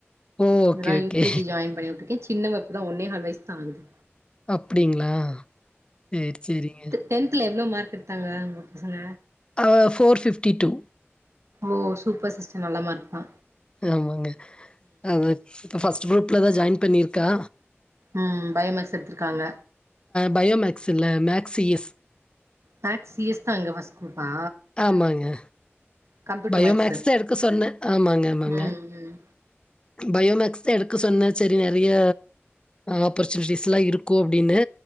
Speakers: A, on the left; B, on the right.
A: ஓ ஓகே
B: இததான்
A: ஓகே
B: யுகேஜி ஜாயின் பண்ணி விட்டு இருக்கேன் சின்னவ இப்ப தா ஒன்னேஹால் வயசு தா ஆகுது
A: அப்டிங்களா சேரி செரிங்க
B: டென்த்தில் எவ்வளோ மார்க் எடுத்தாங்க உங்க பசங்க
A: அ ஃபோர் ஃபிஃப்டி டூ
B: ஓ சூப்பர் சிஸ்டர் நல்ல மார்க்தா
A: ஆமாங்க அவ இப்ப ஃபஸ்ட் குரூப்லதா ஜாயின் பண்ணிருக்கா
B: ம் பயோமேக்ஸ் எட்த்ருக்காங்க
A: பயோமேக்ஸ் இல்ல maths C S
B: maths C S தா அங்க ஃபஸ்ட் குரூப்பா
A: ஆமாங்க
B: கம்ப்யூட்டர்
A: பயோமேக்ஸ்
B: மேக்ஸு
A: தா எடுக்க சொன்னே ஆமாங்க ஆமாங்க
B: ம் ம்
A: பயோமேக்ஸ் தா எடுக்க சொன்ன சரி நெறைய ஆப்பர்ச்சுனிட்டிஸ்லா இருக்கு அப்டின்னு